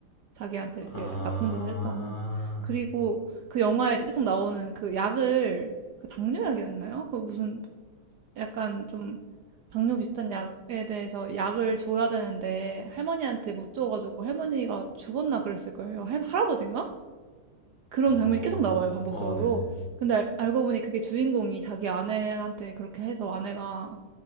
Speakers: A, on the right; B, on the left.
A: 자기한테
B: 아,
A: 이렇게 나쁜 짓을 했다는. 그리고 그 영화에 계속 나오는 그 약을, 그 당뇨약이었나요? 그 무슨 약간 좀 당뇨 비슷한 약에 대해서 약을 줘야 되는데 할머니한테 못 줘가지고 할머니가 죽었나 그랬을 거예요. 할, 할아버지인가? 그런
B: 어,
A: 장면이 계속 나와요, 반복적으로.
B: 아, 네네.
A: 근데 알- 알고 보니 그게 주인공이 자기 아내한테 그렇게 해서 아내가